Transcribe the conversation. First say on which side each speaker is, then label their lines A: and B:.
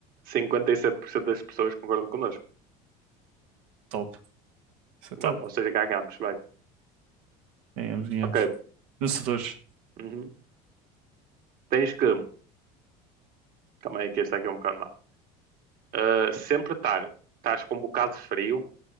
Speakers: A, on the right; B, on the right.
A: 57% das pessoas concordam connosco.
B: Top. Isso é top.
A: Ah, Ou seja, ganhamos, vai.
B: Ganhamos, ganhamos.
A: Ok.
B: Vencedores.
A: Uhum. Tens que. Calma aí, que este aqui é um bocado má. Ah, sempre estar. Estás com um bocado de frio,